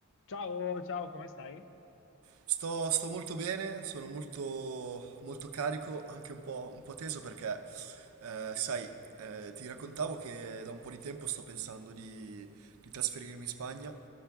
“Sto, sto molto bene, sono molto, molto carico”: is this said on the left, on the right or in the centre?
Right